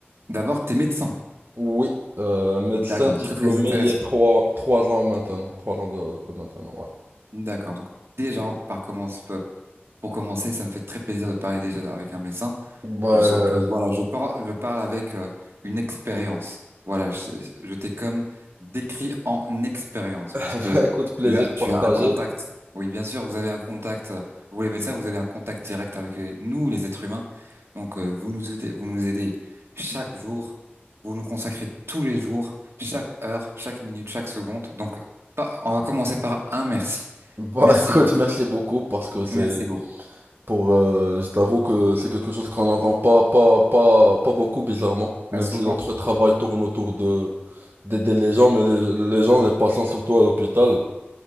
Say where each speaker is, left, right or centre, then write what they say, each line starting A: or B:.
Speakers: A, on the right (about 80°); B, on the right (about 55°).
A: d'abord t'es médecin.
B: Oui, euh, médecin
A: D'accord,
B: diplômé
A: très très intéressant.
B: il y a trois, trois ans maintenant, trois ans de, de maintenant, ouais.
A: D'accord, donc déjà, par commence, pour commencer, ça me fait très plaisir de parler déjà avec un médecin.
B: Bah,
A: Je sens
B: euh,
A: que voilà, je parle, je parle avec euh, une expérience. Voilà, je, je t'ai comme décrit en expérience
B: <laughs>
A: parce que
B: bah écoute, plaisir
A: tu as, tu
B: partagé.
A: as un contact. Oui, bien sûr, vous avez un contact. euh, Vous les médecins, vous avez un contact direct avec les- nous, les êtres humains. Donc euh, vous nous aidez, vous nous aidez chaque jour. Vous nous consacrez tous les jours, chaque heure, chaque minute, chaque seconde. Donc pas, on va commencer par un merci.
B: Bah
A: Merci
B: écoute,
A: beaucoup.
B: merci beaucoup parce que c'est
A: Merci beaucoup.
B: Pour, euh, je t'avoue que c'est quelque chose qu'on n'entend pas, pas, pas, pas beaucoup bizarrement,
A: Pas
B: même
A: souvent.
B: si notre travail tourne autour de d'aider les gens, mais les, les gens, les patients surtout à l'hôpital,